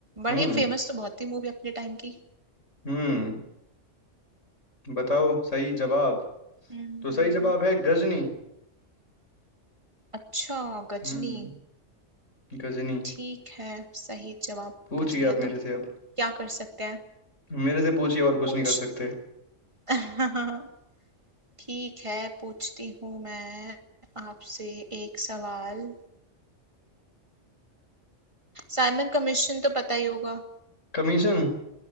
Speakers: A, on the right (about 25°); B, on the left (about 75°).
A: बड़ी
B: हम्म
A: फेमस तो बहुत थी मूवी अपने टाइम की
B: हम्म बताओ सही जवाब
A: हम्म,
B: तो सही जवाब है गजनी
A: अच्छा गजनी
B: हम्म गजनी
A: ठीक है सही जवाब
B: पूछिए
A: गजनिया
B: आप मेरे
A: तो
B: से अब
A: क्या कर सकते हैं
B: मेरे से पूछिए और कुछ
A: पूछ
B: नहीं कर सकते
A: <laughs> ठीक है पूछती हूँ मैं आपसे एक सवाल साइमन कमीशन तो पता ही होगा
B: कमीशन